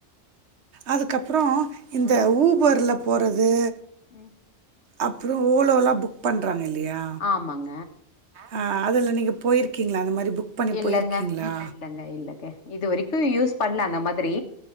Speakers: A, on the right; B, on the left.
A: அதுக்கப்றோ இந்த
B: ம்.
A: ஊபர்ல போறது
B: ம்
A: அப்றோ ஓலோலா புக் பண்றாங்க இல்லையா
B: ஆமாங்க
A: ஆஹ் அதுல நீங்க போயிருக்கீங்ளா அந்த மாரி புக் பண்ணி
B: இல்லங்க
A: போயிருக்கீங்களா
B: இல்லங்க இல்லங்க இது வரைக்கு யூஸ் பண்ல அந்த மாதிரி